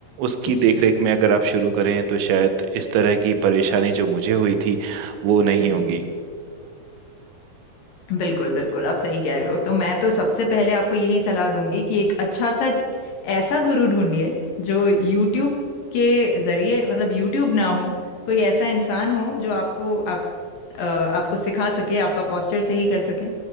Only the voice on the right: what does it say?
उसकी
देखरेख में अगर आप शुरू करें तो शायद इस तरह की परेशानी जो मुझे हुई थी वो नहीं
होंगी